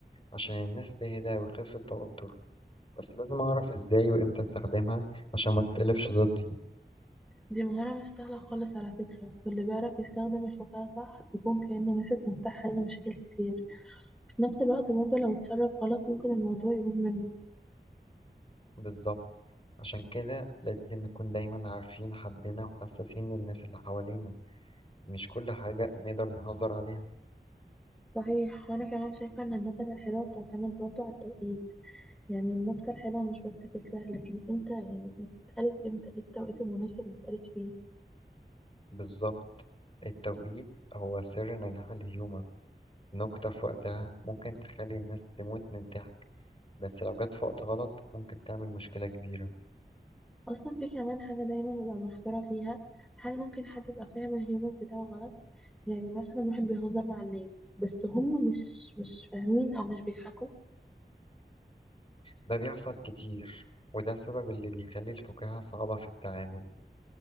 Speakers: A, on the left; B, in the centre.
A: عشان الناس تهدى ويخف التوتر بس لازم أعرف إزاي وإمتى أستخدمها عشان ما تتقلبش ضدي
B: دي مهارة مش سهلة خالص على فكرة واللي بيعرف يستخدم الفكاهة صح بيكون كأنه ماسك مفتاح حل مشاكل كتير في نفس الوقت برضه لو اتصرف غلط ممكن الموضوع يبوظ منه
A: بالظبط عشان كده لازم نكون دايما عارفين حدنا وحساسين للناس اللي حوالينا مش كل حاجة نقدر نهزر عليها
B: صحيح وأنا كمان شايفة إن النكت الحلوة بتعتمد برضه على التوقيت يعني النكتة الحلوة مش بس فكرة لكن امتى يعني اتقالت امتى ايه التوقيت المناسب اللي اتقالت فيه
A: بالظبط التوقيت هو سر نجاح الهيومر نكتة في وقتها ممكن تخلي الناس تموت من الضحك بس لو جت في وقت غلط ممكن تعمل مشكلة كبيرة
B: أصلا في كمان حاجة دايما ببقى محتارة فيها هل ممكن حد يبقى فاهم الهيومر بتاعه غلط يعني مثلا واحد بيهزر مع الناس بس هم مش مش فاهمين أو مش بيضحكوا
A: ده بيحصل كتير وده السبب اللي بيخلي الفكاهة صعبة في التعامل